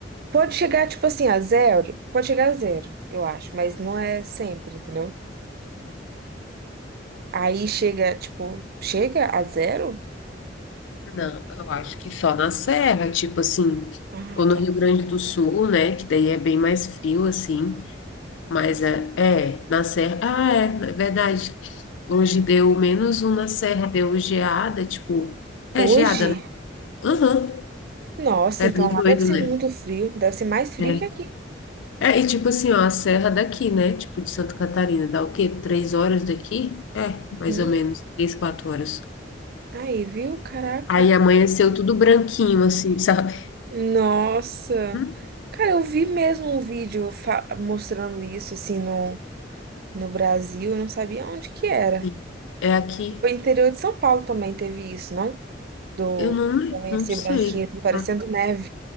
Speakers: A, on the right (about 55°); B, on the left (about 85°).
A: pode chegar, tipo assim, a zero, pode chegar a zero, eu acho, mas não é sempre, entendeu? Aí chega, tipo, chega a zero?
B: Não, eu acho que só na serra, tipo assim,
A: Ah,
B: ou no
A: tá.
B: Rio Grande do Sul, né? Que daí é bem mais frio, assim. Mas é, é na serra. Ah, é, na verdade. Hoje deu menos um na serra, deu geada, tipo. É
A: Hoje?
B: geada, né? Aham.
A: Nossa,
B: É
A: então
B: bem doido,
A: lá deve ser
B: né?
A: muito frio, deve ser mais frio
B: É.
A: que aqui.
B: É, e tipo assim, ó, a serra daqui, né? Tipo de Santa Catarina, dá o quê? Três horas daqui? É, mais
A: Hum,
B: ou menos, três, quatro horas.
A: aí, viu? Caraca.
B: Aí amanheceu tudo branquinho, assim, sabe?
A: Nossa.
B: Hum,
A: Cara, eu vi mesmo um vídeo fa- mostrando isso, assim, no, no Brasil. Eu não sabia onde que era.
B: sim. É aqui.
A: Foi interior de São Paulo também teve isso, não? Do
B: Eu não,
A: amanhecer
B: não sei.
A: branquinho, assim, parecendo
B: Ah.
A: neve.